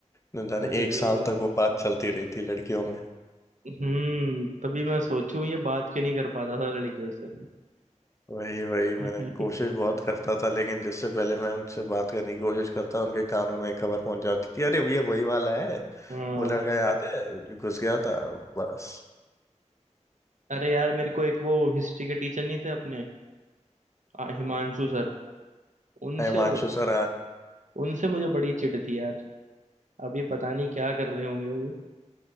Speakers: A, on the left; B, on the right.
A: न जाने
B: अरे
A: एक साल तक वो बात चलती रही थी लड़कियों में
B: हम्म तभी मैं सोचूं ये बात क्यों नहीं कर पाता था लड़कियों से
A: वही वही मैंने
B: <laughs>
A: कोशिश बहुत करता था लेकिन जिससे पहले मैं उनसे बात करने की कोशिश करता उनके कानों में खबर पहुंच जाती थी अरे भैया वही वाला है
B: हाँ
A: वो लड़का याद है जो घुस गया था बस
B: अरे यार मेरे को एक वो हिस्ट्री के टीचर नहीं थे अपने आ, हिमांशु सर उनसे
A: हिमांशु
B: ब-
A: सर आ
B: उनसे मुझे बड़ी चिढ़ थी यार अभी पता नहीं क्या कर रहे होंगे वो